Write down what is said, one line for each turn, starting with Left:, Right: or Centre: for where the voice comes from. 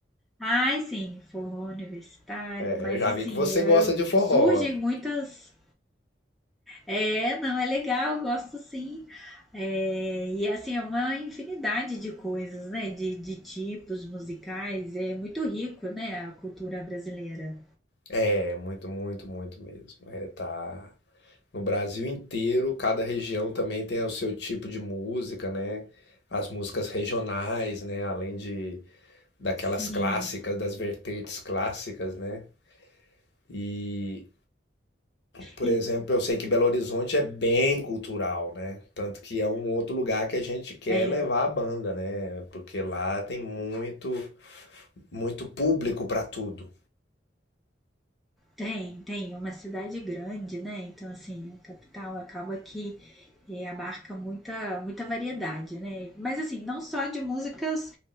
Centre: Ai, sim, forró universitário,
Left: É,
Centre: mas
Left: já
Centre: assim,
Left: vi que você
Centre: eu,
Left: gosta de forró,
Centre: surgem
Left: né?
Centre: muitas. É, não, é legal, gosto sim. É, e assim, é uma infinidade de coisas, né? De, de tipos musicais. É muito rico, né? A cultura brasileira.
Left: É, muito, muito, muito mesmo. É, tá no Brasil inteiro, cada região também tem o seu tipo de música, né? As músicas regionais, né? Além de daquelas
Centre: Sim.
Left: clássicas, das vertentes clássicas, né? E, por
Centre: E-
Left: exemplo, eu sei que Belo Horizonte é bem cultural, né? Tanto que é um outro lugar que a gente quer
Centre: é,
Left: levar a banda, né? Porque lá tem muito, muito público para tudo.
Centre: Tem, tem. é Uma cidade grande, né, então, assim, a capital acaba que, eh, abarca muita muita variedade, né. Mas, assim, não só de músicas,